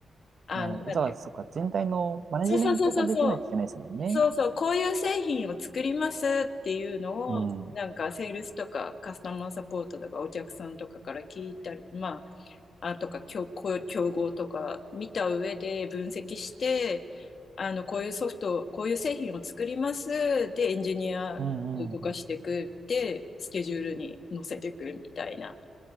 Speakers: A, on the left; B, on the right.
A: あの、
B: なるほど。
A: なんていうか、
B: じゃあそっか、全体のマネジメントができなきゃいけないですもんね。
A: そうそうそうそうそう、そうそう、こういう製品を作りますっていうのを、
B: うん。う
A: なんかセールスとかカスタマーサポートとかお客さんとかから聞いたり、まあとか競、こう競合とか見た上で分析して、あの、こういうソフト、こういう製品を作ります。で、エンジニアを動かしていく。
B: んうん。
A: で、スケジュールに載せていくみたいな